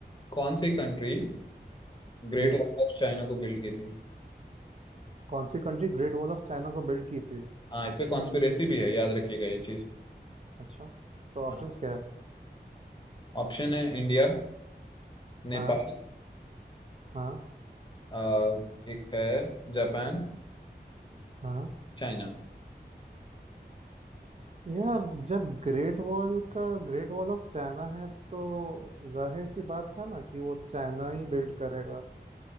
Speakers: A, on the left; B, on the right.
A: कौन सी country great
B: जी
A: wall of China को बिल्ड की थी
B: कौन सी country Great Wall of China को बिल्ड की थी
A: हाँ इस पे कॉन्स्पिरेसी भी है याद रखिएगा ये चीज़
B: अच्छा तो
A: हाँ
B: ऑप्शंस क्या है
A: ऑप्शन है इंडिया नेपाल
B: हाँ हाँ
A: अ, एक है जापान
B: हाँ
A: चाइना
B: यार जब ग्रेट वॉल का ग्रेट वॉल ऑफ चाइना है तो जाहिर सी बात है ना कि वो चाइना ही बिल्ड करेगा